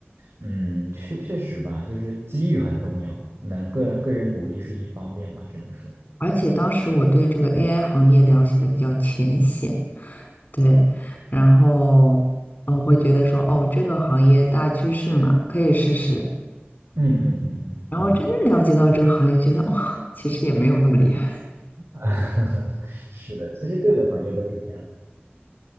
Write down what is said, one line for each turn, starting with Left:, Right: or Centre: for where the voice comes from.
Right: 嗯，确确实吧，就是机遇很重要，能个个人努力是一方面吧，只能说，
Left: 而且当时我对这个 AI 行业了解的比较浅显，对，然后我会觉得说，哦，这个行业大趋势嘛，可以试试。
Right: 嗯嗯嗯嗯嗯，
Left: 然后真正了解到这个行业，
Right: 嗯
Left: 觉得哦，其实也没有那么厉害。
Right: <laughs> 是的，其实各个行业都是这样的。